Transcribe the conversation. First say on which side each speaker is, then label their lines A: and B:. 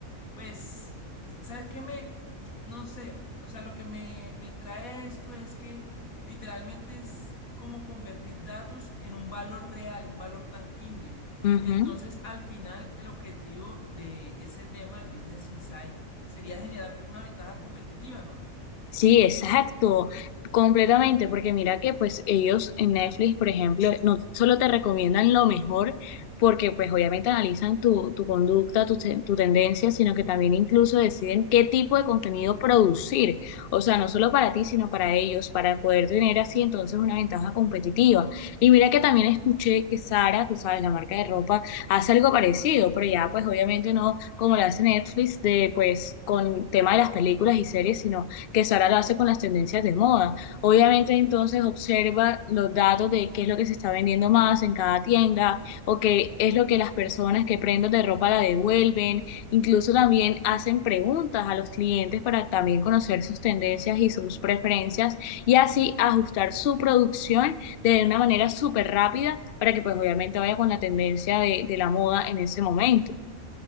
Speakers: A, on the left; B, on the left.
A: Pues, ¿sabes qué me, no sé, o sea, lo que me, me trae esto es que literalmente es como convertir datos en un valor real, un valor tangible.
B: Ujú.
A: Entonces, al final, el objetivo de ese tema, el Business Insight, sería generar una ventaja competitiva, ¿no?
B: Sí, exacto, completamente, porque mira que pues ellos en Netflix, por ejemplo, no solo te recomiendan lo mejor, porque pues obviamente analizan tu, tu conducta, tu, te- tu tendencia, sino que también incluso deciden qué tipo de contenido producir, o sea, no solo para ti, sino para ellos, para poder tener así entonces una ventaja competitiva. Y mira que también escuché que Sara, tú sabes, la marca de ropa, hace algo parecido, pero ya pues obviamente no como lo hace Netflix de pues con tema de las películas y series, sino que Sara lo hace con las tendencias de moda. Obviamente entonces observa los datos de qué es lo que se está vendiendo más en cada tienda o qué es lo que las personas que prenden de ropa la devuelven. Incluso también hacen preguntas a los clientes para también conocer sus tendencias y sus preferencias y así ajustar su producción de una manera súper rápida para que pues obviamente vaya con la tendencia de, de la moda en ese momento.